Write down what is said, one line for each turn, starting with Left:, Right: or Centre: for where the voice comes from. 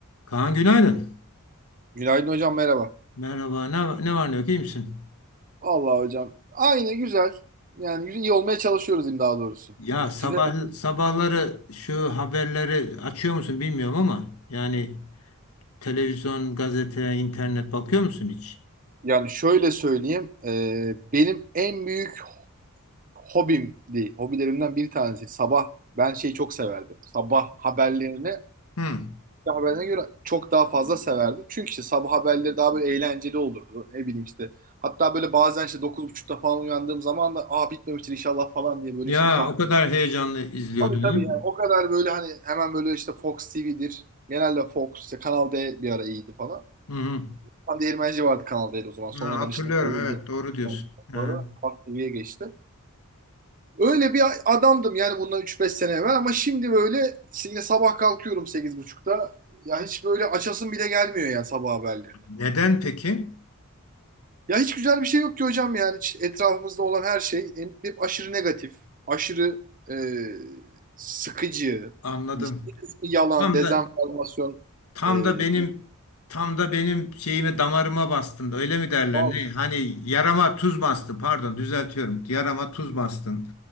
Left: Kaan günaydın.
Right: Günaydın hocam merhaba.
Left: Merhaba. Ne, ne var ne yok iyi misin?
Right: Vallahi hocam aynı güzel. Yani güzel- iyi olmaya çalışıyoruz diyeyim daha doğrusu.
Left: Ya sabah
Right: Size
Left: sabahları şu haberleri açıyor musun bilmiyorum ama yani televizyon, gazete, internet bakıyor musun hiç?
Right: yani şöyle söyleyeyim. e, benim en büyük hobim değil. Hobilerimden bir tanesi. Sabah ben şeyi çok severdim. Sabah haberlerini
Left: Hı.
Right: sabah haberlerine göre çok daha fazla severdim. Çünkü işte sabah haberleri daha böyle eğlenceli olurdu. Ne bileyim işte. Hatta böyle bazen işte 9.30'da falan uyandığım zaman da aa bitmemiştir inşallah falan diye böyle
Left: Ya
Right: işte bir kahve
Left: o kadar heyecanlı izliyordun
Right: Tabii tabii
Left: değil
Right: yani
Left: mi?
Right: o kadar böyle hani hemen böyle işte Fox TV'dir. Genelde Fox işte Kanal D bir ara iyiydi falan.
Left: Hı hı.
Right: Tam değirmenci vardı Kanal D'de o zaman. Sonradan
Left: Ha, hatırlıyorum
Right: işte kovuldu.
Left: evet doğru diyorsun.
Right: Ondan
Left: Ha.
Right: sonra Fox TV'ye geçti. Öyle bir adamdım yani bundan üç beş sene evvel ama şimdi böyle yine sabah kalkıyorum sekiz buçukta Ya hiç böyle açasım bile gelmiyor yani sabah haberleri.
Left: Neden peki?
Right: Ya hiç güzel bir şey yok ki hocam yani Hiç etrafımızda olan her şey en- hep aşırı negatif, aşırı e, sıkıcı,
Left: Anladım.
Right: işte bir kısmı yalan,
Left: Tam
Right: dezenformasyon.
Left: da Tam
Right: E,
Left: da benim tam da benim şeyime damarıma bastın. Öyle mi derler?
Right: Hı
Left: Ne? Hani yarama tuz bastı. Pardon, düzeltiyorum. Yarama tuz bastın.